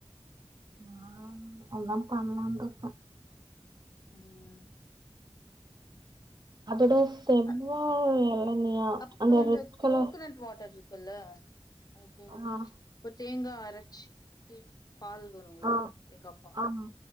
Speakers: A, on the right; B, on the left.
A: ஆ ஆதான் பண்ணலாம்னு இருக்க
B: ம்
A: அது எதோ செவ்வா
B: அந்
A: இளநீயா
B: அப்புறம்
A: அந்த
B: இந்த
A: ரெட் கலர்
B: கோகனட் வாட்டர் இருக்குல்ல அது பேர்
A: ஆ
B: என்ன இப்ப தேங்கா அரைச்சி பால் வரும்ல
A: ஆ
B: தேங்கா பால்
A: ஆமா